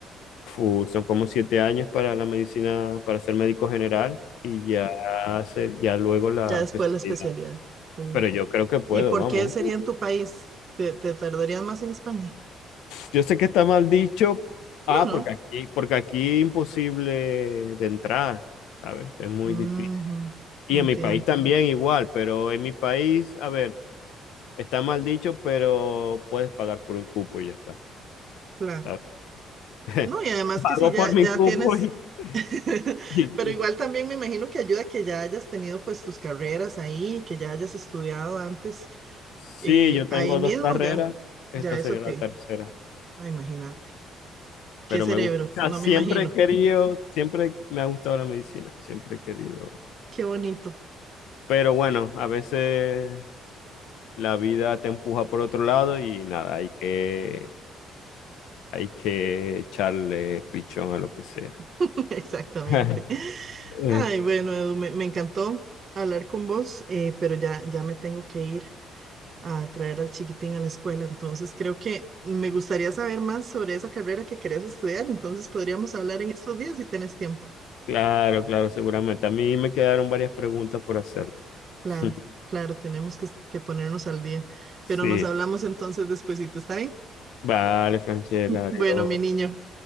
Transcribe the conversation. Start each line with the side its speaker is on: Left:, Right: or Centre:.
Left: Fu, son como siete años para la medicina, para ser médico general y ya hacer, ya luego la
Right: Ya después
Left: especialidad.
Right: la especialidad. Mm.
Left: Pero yo creo que puedo,
Right: ¿Y por
Left: vamos.
Right: qué sería en tu país? ¿Te, te tardarías más en España?
Left: Yo sé que está mal dicho,
Right: No,
Left: ah,
Right: no.
Left: porque aquí, porque aquí imposible de entrar, ¿sabes? Es muy
Right: Ujú,
Left: difícil. Y
Right: Entiendo.
Left: en mi país también igual, pero en mi país, a ver. Está mal dicho, pero puedes pagar por un cupo y ya está,
Right: Claro.
Left: ¿sabes? <laughs>
Right: No, y además
Left: Pago
Right: que si ya,
Left: por mi
Right: ya
Left: cupo
Right: tienes,
Left: y,
Right: <laughs>
Left: y-
Right: pero igual
Left: y-
Right: también me imagino que ayuda que ya hayas tenido pues tus carreras ahí, que ya hayas estudiado antes,
Left: Sí,
Right: eh,
Left: yo tengo
Right: ahí mismo
Left: dos carreras,
Right: ya,
Left: esta
Right: ya eso
Left: sería
Right: te,
Left: la tercera,
Right: ah, imagínate. Qué
Left: pero
Right: cerebro,
Left: me gusta. O sea,
Right: no
Left: siempre
Right: me imagino.
Left: he querido, siempre me ha gustado la medicina y siempre he querido.
Right: Qué bonito.
Left: Pero bueno, a veces la vida te empuja por otro lado y nada, hay que, hay que echarle pichón a lo que sea.
Right: <laughs> Exactamente.
Left: <laughs> Este,
Right: Ay, bueno, Edu, me, me encantó hablar con vos, eh, pero ya, ya me tengo que ir a traer al chiquitín a la escuela. Entonces, creo que me gustaría saber más sobre esa carrera que querés estudiar. Entonces, podríamos hablar en estos días si tenés tiempo.
Left: Claro, claro, seguramente. A mí me quedaron varias preguntas por hacerte.
Right: Claro,
Left: <laughs>
Right: claro, tenemos que, que ponernos al día.
Left: Sí.
Right: Pero nos hablamos entonces despuesito, ¿está bien?
Left: Vale, Franchella, adiós.
Right: Bueno, mi niño,